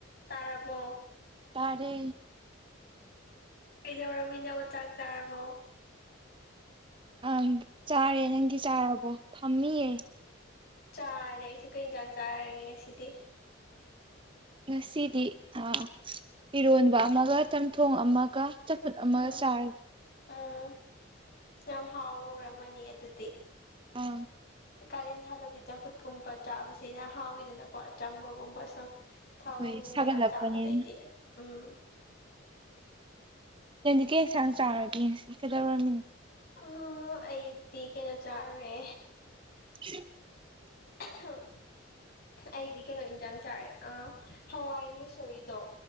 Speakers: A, on the left; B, on the right.
A: ꯇꯥꯔꯕꯣ
B: ꯇꯥꯔꯦ
A: ꯀꯩꯗꯧꯔꯝꯃꯤꯅꯣ ꯆꯥꯛ ꯆꯥꯔꯕꯣ
B: ꯑꯪ ꯆꯥꯔꯦ ꯅꯪꯗꯤ ꯆꯥꯔꯕꯣ ꯐꯝꯃꯤꯌꯦ
A: ꯆꯥꯔꯦ ꯑꯩꯁꯨ ꯀꯩ ꯍꯦꯟꯖꯥꯡ ꯆꯥꯔꯒꯦ ꯉꯁꯤꯗꯤ
B: ꯉꯁꯤꯗꯤ ꯑꯥ ꯏꯔꯣꯟꯕ ꯑꯃꯒ ꯆꯝꯊꯣꯡ ꯑꯃꯒ ꯆꯝꯐꯨꯠ ꯑꯃꯒ
A: ꯎꯝ
B: ꯆꯥꯔꯦ
A: ꯎꯝ ꯌꯥꯝ ꯍꯥꯎꯔꯝꯃꯅꯤ ꯑꯗꯨꯗꯤ
B: ꯎꯝ
A: ꯀꯥꯂꯦꯟ ꯊꯥꯗꯗꯤ ꯆꯝꯐꯨꯠꯀꯨꯝꯕ ꯆꯥꯕꯁꯤꯅ ꯍꯥꯎꯋꯤꯗꯅꯀꯣ ꯑꯆꯝꯕꯒꯨꯝꯕ ꯁꯨꯝ ꯊꯥꯎ
B: ꯍꯣꯏ
A: ꯊꯨꯝꯒꯨꯝꯕ
B: ꯁꯥꯒꯠꯂꯛꯄꯅꯤꯅ
A: ꯌꯥꯝ ꯆꯥꯕꯗꯩꯗꯤ ꯎꯝ
B: ꯀꯦꯟꯗꯤ ꯀꯩ ꯌꯦꯟꯁꯥꯡ ꯆꯥꯔꯒꯦ ꯁꯤ ꯀꯩꯗꯧꯔꯃꯤꯅꯣ
A: ꯑꯣ ꯑꯩꯗꯤ ꯀꯩꯅꯣ ꯆꯥꯔꯦ
B: <inaudible>
A: ꯑꯍꯝ ꯑꯩꯗꯤ ꯀꯩꯅꯣ ꯏꯟꯖꯥꯡ ꯆꯥꯔꯦ ꯑꯥ ꯍꯋꯥꯏ ꯃꯨꯛꯁꯣꯔꯤꯗꯣ